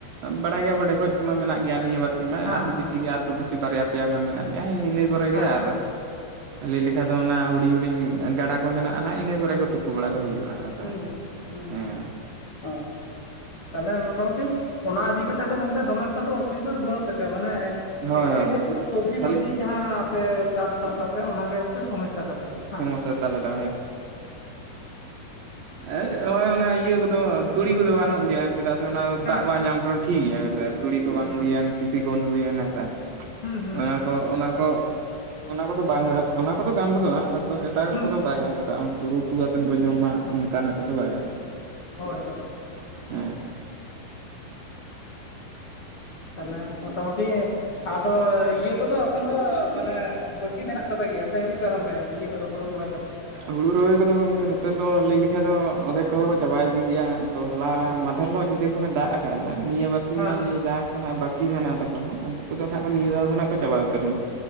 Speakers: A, on the right (about 65°); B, on the left (about 40°).
A: ᱵᱟᱲᱟᱭ ᱜᱮᱭᱟ ᱵᱚ ᱰᱷᱮᱠᱚᱡ ᱠᱚᱢᱟ ᱢᱮᱱᱟᱜ ᱜᱮᱭᱟ ᱱᱤᱭᱟᱹ ᱵᱟᱨᱥᱤᱼᱼ ᱥᱤᱧ ᱢᱟ
B: ᱦᱮᱸ
A: ᱟᱛᱩ
B: ᱦᱮᱸ
A: ᱯᱤᱪᱷᱤ ᱜᱮ ᱟᱹᱛᱩ
B: ᱦᱮᱸ
A: ᱯᱤᱪᱷᱩ ᱵᱟᱨᱭᱟ ᱯᱮᱭᱟ ᱢᱟ ᱢᱮᱱᱟᱜ ᱜᱮᱭᱟᱸ ᱤᱱᱟᱹ ᱠᱚᱨᱮ ᱜᱮ
B: ᱦᱮᱸ
A: ᱟᱨᱼᱼ
B: ᱦᱮᱸ
A: ᱞᱮᱭ ᱞᱮᱠᱷᱟ ᱫᱚ ᱚᱱᱟ ᱦᱩᱰᱤᱧ ᱦᱩᱰᱤᱧ ᱜᱟᱰᱟ ᱠᱚ ᱢᱮᱱᱟᱜᱼᱟ ᱱᱟᱜ ᱤᱱᱟᱹ ᱠᱚᱨᱮ ᱠᱚ ᱛᱩᱯᱩ ᱵᱟᱲᱟ ᱫᱚ ᱦᱩᱭᱩᱜᱼᱟ᱾ ᱦᱮᱸᱥᱮ
B: ᱦᱩᱸ ᱦᱩᱸ
A: ᱦᱮᱸ
B: ᱦᱩᱸ ᱦᱚᱸ ᱛᱟᱦᱞᱮ ᱢᱚᱴᱟᱢᱩᱴᱤ, ᱚᱱᱟ ᱤᱫᱤ ᱠᱟᱛᱮᱫ ᱫᱚ ᱜᱚᱝᱠᱮ ᱫᱚᱢᱮ ᱮᱠᱴᱟ ᱫᱚ ᱚᱥᱩᱼᱼ ᱵᱤᱫᱜᱟᱹ ᱫᱚ ᱵᱟᱹᱱᱩᱜ ᱛᱟᱯᱮᱭᱟ ᱢᱟᱱᱮ
A: ᱦᱳᱭ
B: ᱮᱠᱪᱩᱭᱮᱞ ᱦᱳᱭᱳᱜ ᱠᱟᱱᱟ ᱥᱚᱵᱽᱡᱤ
A: ᱦᱳᱭ ᱠᱷᱟᱹᱞᱤ
B: ᱴᱚᱵᱽᱡᱤ ᱡᱟᱦᱟᱸᱼᱼ ᱛᱮ ᱪᱟᱥᱴᱟᱥ ᱟᱯᱮ ᱚᱱᱟᱜᱮ ᱮᱠᱴᱩ ᱥᱳᱢᱚᱥᱥᱟ ᱛᱟᱯᱮ ᱦᱟᱝ?
A: ᱥᱚᱢᱚᱥᱥᱟ ᱛᱟᱞᱮ ᱫᱚ ᱮᱭ ᱦᱳᱭ ᱚᱱᱟ ᱤᱭᱟᱹ ᱠᱚᱫᱚ ᱛᱩᱲᱤ ᱠᱚᱫᱚ ᱜᱟᱱᱚᱜ ᱜᱮᱭᱟ᱾ ᱪᱮᱫᱟᱜ ᱥᱮ ᱚᱱᱟ
B: ᱦᱮᱸ
A: ᱫᱟᱜ ᱵᱟᱭ ᱧᱟᱢ ᱨᱮᱦᱚᱸ ᱴᱷᱤᱠ ᱜᱮᱭᱟ ᱦᱮᱸ ᱥᱮ ᱛᱩᱲᱤ ᱠᱚ ᱵᱟᱝ
B: ᱦᱩᱸ
A: ᱦᱩᱭᱮᱱ ᱴᱤᱥᱤ ᱠᱚ ᱦᱩᱭᱮᱱ ᱦᱮᱸ ᱥᱮ,
B: ᱦᱩᱸ ᱦᱩᱸ
A: ᱚᱱᱟ ᱠᱚ ᱚᱱᱟ ᱠᱚ ᱚᱱᱟ ᱠᱚᱫᱚ ᱵᱟᱝ ᱨᱮᱦᱚ ᱚᱱᱟ ᱠᱚᱫᱚ ᱜᱟᱱ ᱜᱚᱫᱚᱜᱼᱟ᱾ ᱛᱚ ᱮᱴᱟᱜᱟᱜ
B: ᱦᱩᱸ
A: ᱠᱚᱫᱚ
B: ᱦᱩᱸ
A: ᱵᱟᱭ ᱜᱟᱱ ᱜᱚᱫᱚᱜᱼᱟ ᱩᱱᱛᱩ ᱩᱛᱩ ᱟᱛᱮᱱ ᱵᱚᱱ ᱡᱚᱢᱟ ᱚᱱᱠᱟᱱᱟᱜ ᱠᱚᱫᱚ ᱵᱟᱭ ᱜᱟᱱᱚᱜᱼᱟ᱾
B: ᱦᱳᱭ ᱦᱳᱭ᱾
A: ᱦᱩᱸ᱾
B: ᱛᱟᱦᱞᱮ ᱢᱚᱴᱟᱢᱩᱴᱤᱼᱼ ᱟᱫᱚ ᱤᱭᱟᱹ ᱠᱚᱫᱚ ᱮᱠᱷᱚᱱ ᱫᱚ ᱢᱟᱱᱮ ᱵᱟᱹᱠᱤ ᱢᱮᱱᱟᱜ ᱛᱟᱯᱮ ᱜᱮᱭᱟ ᱥᱮ ᱟᱹᱨᱤ ᱯᱮ ᱟᱨᱟᱢᱵᱚᱭᱟ᱾ ᱤᱭᱟᱹᱠᱚᱫᱚ ᱦᱩᱲᱩ ᱨᱚᱦᱚᱭ ᱠᱚᱫᱚ?
A: ᱦᱩᱲᱩ ᱨᱚᱦᱚᱭ ᱠᱚᱫᱚ ᱜᱚᱝᱠᱮ ᱱᱚᱛᱮ ᱫᱚ ᱞᱟᱹᱭ ᱞᱮᱠᱷᱟᱡ ᱫᱚ ᱚᱫᱷᱮᱠ ᱠᱚ ᱪᱟᱵᱟᱭ ᱤᱫᱤ ᱜᱤᱭᱟ᱾ ᱛᱚ ᱦᱚᱞᱟ
B: ᱦᱮᱸ
A: ᱢᱟᱫᱷᱮᱨ ᱦᱤᱞᱳᱜ ᱧᱤᱫᱟᱹ ᱠᱷᱚᱱᱮ ᱫᱟᱜ ᱠᱟᱫᱟ ᱱᱤᱭᱟᱹ ᱵᱟᱨᱥᱤᱧ
B: ᱦᱮᱸ
A: ᱱᱟᱜ ᱡᱟᱼᱼ ᱠᱷᱚᱱᱟᱜ ᱵᱟᱹᱠᱤ ᱢᱮᱱᱟᱜ ᱛᱟᱠᱚᱣᱟ ᱱᱟᱜ ᱩᱱᱠᱩ ᱠᱚᱫᱚ ᱦᱟᱸᱜ ᱠᱚ ᱱᱤᱭᱟᱹ ᱫᱷᱟᱣ ᱫᱚ ᱱᱟᱜ ᱠᱚ ᱪᱟᱵᱟ ᱩᱛᱟᱹᱨ ᱱᱟᱜ᱾